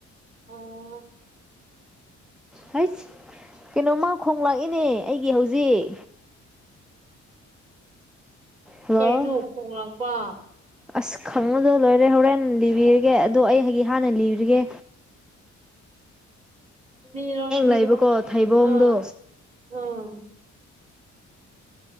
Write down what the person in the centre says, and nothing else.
ꯍꯁ ꯀꯩꯅꯣꯃ ꯈꯣꯡꯂꯥꯛꯏꯅꯦ ꯑꯩꯒꯤ ꯍꯧꯖꯤꯛ
ꯍꯜꯂꯣ
ꯑꯁ ꯈꯪꯉꯨꯗꯣ ꯂꯣꯏꯔꯦ ꯍꯣꯔꯦꯟ ꯂꯤꯕꯤꯔꯒꯦ ꯑꯗꯣ ꯑꯩꯒꯤ ꯍꯥꯟꯅ ꯂꯤꯕꯤꯔꯤꯒꯦ
ꯂꯩꯕꯀꯣ ꯊꯩꯕꯣꯡꯗꯣ